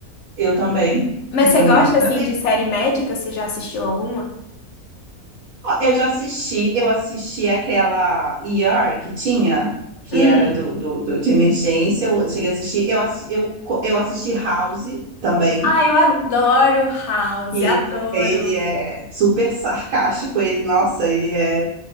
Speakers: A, on the right; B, on the left.
A: eu também.
B: Mas
A: Eu
B: você
A: também
B: gosta, assim,
A: ia ver.
B: de série médica? Você já assistiu alguma?
A: Ó, Eu já assisti, eu assisti aquela ER que tinha, que
B: Hum.
A: era do, do, do- de emergência, eu cheguei a assistir. Eu, assi- eu, co- eu assisti House também,
B: Ah, eu adoro House,
A: que
B: adoro.
A: ele é super sarcástico, ele, nossa, ele é